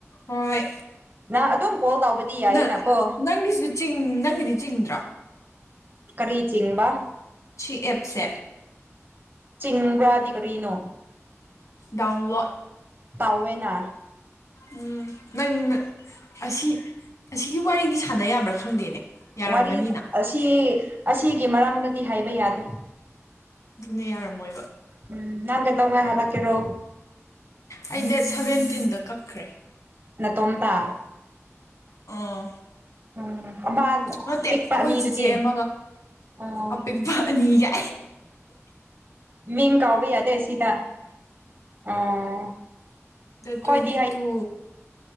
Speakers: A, on the left (about 85°); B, on the right (about 45°).
A: ꯍꯣꯏ
B: ꯅꯪ ꯑꯗꯨꯝ ꯀꯣꯜ ꯇꯧꯕꯗꯤ ꯌꯥꯏꯌꯦꯅꯀꯣ
A: ꯅꯪ ꯅꯪꯒꯤꯁꯨ ꯆꯤꯡ ꯅꯪꯒꯤꯗꯤ ꯆꯤꯡꯗ꯭ꯔꯣ
B: ꯀꯔꯤꯆꯤꯡ ꯕ
A: ꯁꯤꯑꯞꯁꯦ
B: ꯆꯤꯡꯕ꯭ꯔꯥꯗꯤ ꯀꯔꯤꯅꯣ
A: ꯗꯎꯟꯂꯣꯠ
B: ꯇꯥꯎꯋꯦꯅ
A: ꯎꯃ ꯅꯪ ꯑꯁꯤ ꯑꯁꯤꯒꯤ ꯋꯥꯔꯤꯗꯤ ꯁꯥꯟꯅ ꯌꯥꯕ꯭ꯔꯥ ꯈꯪꯗꯦꯅꯦ ꯌꯥꯔꯝꯒꯅꯤꯅ
B: ꯋꯥꯔꯤ ꯑꯁꯤ ꯑꯁꯤꯒꯤ ꯃꯔꯝꯅꯗꯤ ꯍꯥꯏꯕ ꯌꯥꯗꯦ
A: ꯑꯗꯨꯅꯦ ꯌꯥꯔꯝꯃꯣꯏꯕ
B: ꯎꯝ ꯅꯪ ꯀꯗꯧ ꯉꯩ ꯍꯜꯂꯛ ꯀꯦꯔꯣ
A: ꯑꯩ ꯗꯦꯠ ꯁꯚꯦꯟꯇꯤꯟꯗ ꯀꯛꯈ꯭ꯔꯦ
B: ꯅ ꯇꯣꯝꯇ
A: ꯑꯣ
B: ꯎꯝ ꯑꯃ
A: ꯅꯠꯇꯦ
B: ꯄꯤꯛꯄ
A: ꯑꯩꯈꯣꯏ
B: ꯑꯅꯤꯗꯨꯗꯤ
A: ꯆꯤꯆꯦ ꯑꯃꯒ
B: ꯑꯣ
A: ꯑꯄꯤꯛꯄꯅꯤꯒ
B: ꯃꯤꯡ ꯀꯥꯎꯕ ꯌꯥꯗꯦ ꯁꯤꯗ ꯑꯣ
A: ꯇ꯭ꯋꯦꯟꯇꯤ
B: ꯈꯣꯏꯗꯤ ꯍꯥꯏ
A: ꯇꯨ